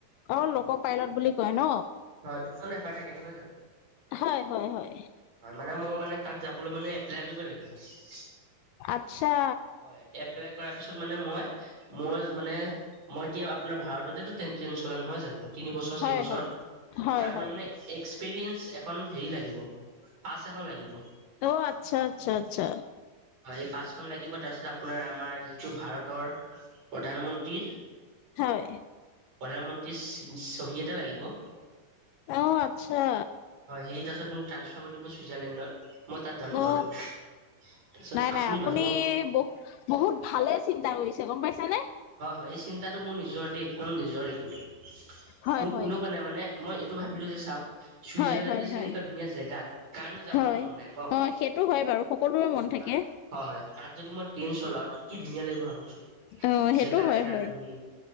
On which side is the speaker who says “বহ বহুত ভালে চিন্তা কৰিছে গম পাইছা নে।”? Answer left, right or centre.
Left